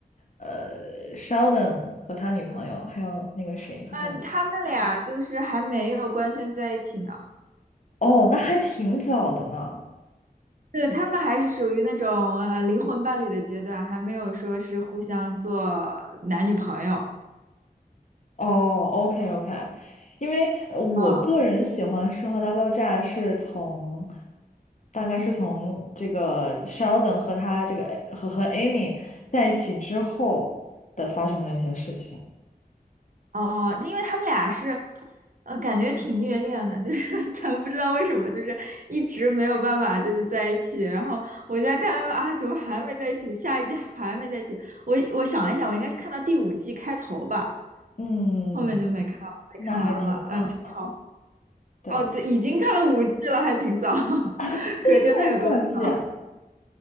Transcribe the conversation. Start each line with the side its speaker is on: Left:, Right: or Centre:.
Left: 呃，Sheldon 和他女朋友，还有那个谁和他女朋友
Right: 嗯，他们俩就是还没有官宣在一起呢，
Left: 哦，那还挺早的呢。
Right: 对，他们还是属于那种呃灵魂伴侣的阶段，还没有说是互相做男女朋友。
Left: 哦，OK OK，因为呃我个人喜欢《生活大爆炸》是从，
Right: 嗯，
Left: 大概是从这个 Sheldon 和他这个呃和和 Amy 在一起之后的发生的一些事情。
Right: 哦，因为他们俩是，呃，感觉挺虐恋的，就是 <laughs> 咱不知道为什么，就是一直没有办法就是在一起。然后我现在看到啊，怎么还没在一起？下一季还没在一起？我我想了一想，我应该是看到第五季开头吧，
Left: 嗯，
Right: 后面就没看没看完了。
Left: 那还挺早的。
Right: 嗯，挺好。
Left: 对，
Right: 哦，对，已经看了五季了，还挺早，<laughs>
Left: 这一共有多少季啊？
Right: 可见它有多长